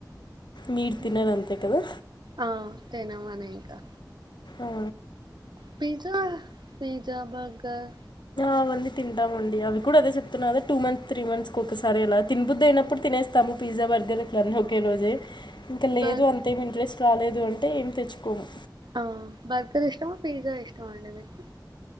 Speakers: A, on the left; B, on the right.
A: మీీరు
B: హ్మ్.
A: తిన్నారూ అంతే కదా
B: ఆ తినమని ఇంకా
A: ఆ
B: పిజ్జా పిజ్జా బర్గర్
A: అవన్నీ తింటామండి అవి కూడా అదే చెప్తున్నా కదా టూ మంత్స్ త్రీ మంత్స్ ఒకసారి ఇలా తిపుద్దు అయినప్పుడు తినేస్తాము పిజ్జా బర్గర్ ఇట్లాన్నీ ఒకే రోజే ఇంకా లేదు
B: బర్
A: అంతేమి ఇంట్రెస్ట్ రాలేదు అ ఏం తెచ్చుకోము
B: ఆ బర్గర్ ఇష్టమా పిజ్జా ఇష్టమా అండి మీకు